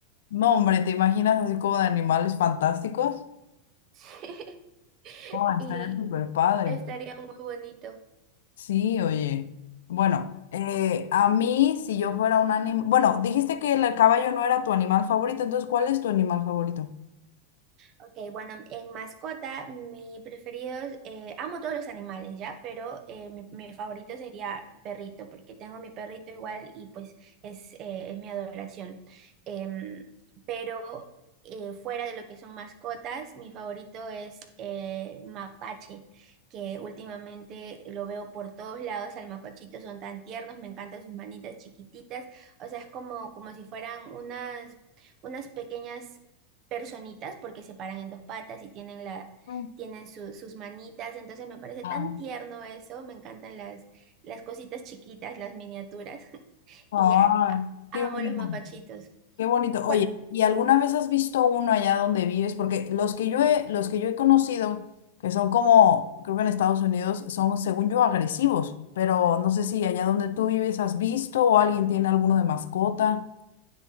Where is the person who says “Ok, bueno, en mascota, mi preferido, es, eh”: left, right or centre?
Right